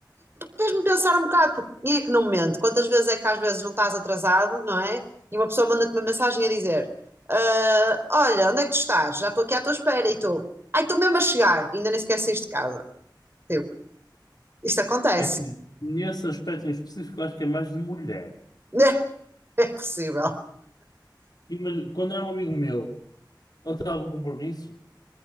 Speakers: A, on the right; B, on the left.
A: fez-me pensar um bocado, porque quem é que não mente? Quantas vezes é que às vezes não estás atrasado, não é? E uma pessoa manda-te uma mensagem a dizer: "Ah, Olha, onde é que tu estás? Já estou aqui à tua espera. E tu, ai, estou mesmo a chegar, e ainda nem sequer saíste de casa. Tipo, isto acontece.
B: É assim, nesse aspecto em específico, eu acho que é mais de mulher.
A: <laughs> É possível.
B: E, mas, quando é um amigo meu, ou tem algum compromisso,